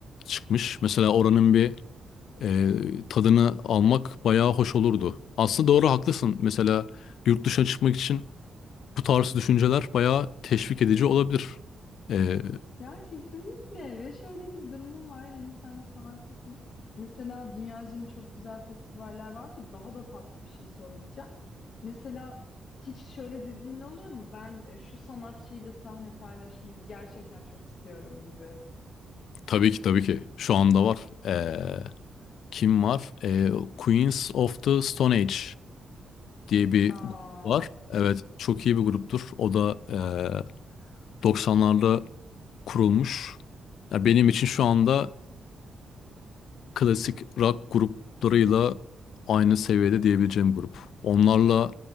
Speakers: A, on the left (about 80°); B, on the left (about 60°).
A: çıkmış. Mesela oranın bir e, tadını almak bayağı hoş olurdu. Aslında doğru haklısın. Mesela yurt dışına çıkmak için bu tarz düşünceler bayağı teşvik edici olabilir. Ee,
B: Ya kesinlikle ve şöyle de bir durumum var hani sen bir sanatçısın mesela dünya üzerinde çok güzel festivaller var ve daha da tatlı bir şey söyleyeceğim mesela hiç şöyle dediğin oluyor mu ben e, şu sanatçıyla sahne paylaşmayı gerçekten çok istiyorum gibi.
A: tabii ki tabii ki şu anda var. Ee, Kim var? Ee, Queens of the Stone Age diye bir
B: Aa.
A: grup var. Evet, çok iyi bir gruptur. O da e, 90'larda kurulmuş. Ya benim için şu anda klasik rock gruplarıyla aynı seviyede diyebileceğim grup. Onlarla